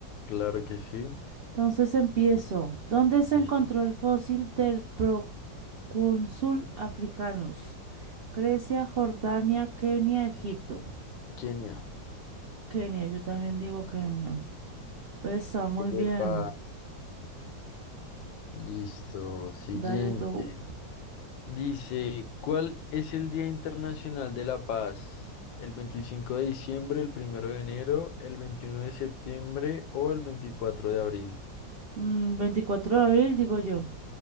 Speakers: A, on the left (about 85°); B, on the right (about 80°).
A: Claro que sí,
B: Entonces empiezo. ¿Dónde
A: listo.
B: se encontró el fósil del procónsul africanus? Grecia, Jordania, Kenia, Egipto.
A: Kenia,
B: Kenia, yo también digo Kenia. Pues, Está muy bien.
A: epa, listo. Siguiente.
B: Dale tú.
A: Dice, ¿cuál es el Día Internacional de la Paz? ¿El 25 de diciembre, el primero de enero, el 21 de septiembre o el 24 de abril?
B: Mm, 24 de abril, digo yo.